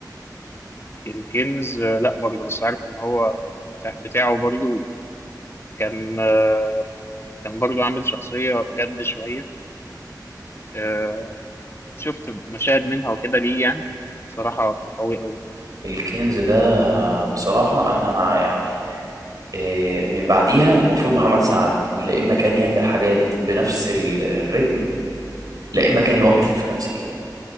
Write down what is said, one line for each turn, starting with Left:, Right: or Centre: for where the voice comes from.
Left: الكنز آه، لا برضه بس عارف ان هو بتاعه برضه كان آه، كان برضو عامل شخصية جد شوية آه، شفت مشاهد منها وكده ليه يعني صراحة كان قوي أوي
Right: الكنز ده بصراحه انا يعني إيه، من بعديها المفروض محمد سعد لا اما كان يعمل حاجات بنفس ال- الريتم لا اما كان يوقف في التمثيل